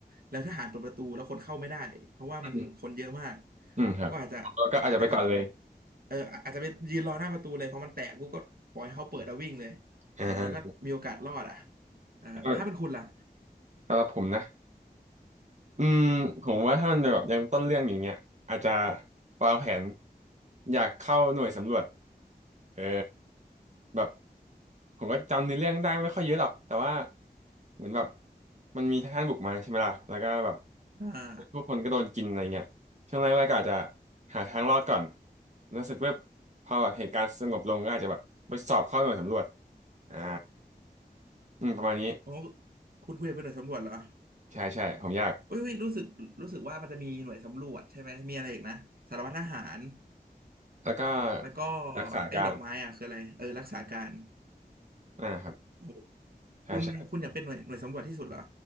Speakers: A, on the right; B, on the right.
A: แล้วทหารเปิดประตูแล้วคนเข้าไม่ได้เพราะว่ามันคนเยอะมาก
B: อืมอืมครับแล้วก็อาจจะไปก่อนเลย
A: ก็อาจจะอาจจะแบบเอออาจจะไปยืนรอหน้าประตูเลยเพราะมันแตกปุ๊บก็ปล่อยให้เขาเปิดแล้ววิ่งเลย
B: อ่า
A: อย่างน้อยก็มีโอกาสรอดอ่ะอ่าแล้วถ้าเป็นคุณล่ะ
B: แล้วก็สำหรับผมนะอืมผมว่าถ้ามันแบบยังต้นเรื่องอย่างเงี้ยอาจจะวางแผนอยากเข้าหน่วยสำรวจเออแบบผมก็จำในอเรื่องได้ไม่ค่อยเยอะหรอกแต่ว่าเหมือนแบบมันมีทหารบุกมาใช่ไหมล่ะแล้วก็แบบ
A: อ่า
B: ทุกคนก็โดนกินอะไรเงี้ยช่วงแรกๆก็อาจจะหาทางรอดก่อนแล้วรู้สึกว่าพอแบบเหตุการณ์สงบลงก็อาจจะแบบไปสอบเข้าหน่วยสำรวจอ่าอืมประมาณนี้
A: โอ้คุณคุณจะเป็นหน่วยสำรวจเหรอ
B: ใช่ใช่ผมอยาก
A: อุ้ยอุ๊ยรู้สึกรู้สึกว่ามันจะมีหน่วยสำรวจใช่ไหมมีอะไรอีกนะสารวัตรทหาร
B: แล้วก็
A: แล้วก็
B: รักษาการ
A: ไอ้ดอกไม้อ่ะคืออะไรเออรักษาการ
B: อ่าครับ
A: โอ้โห
B: ใช่ใช่
A: คุณคุณอยากเป็นหน่วยหน่วยสำรวจที่สุดเหรอ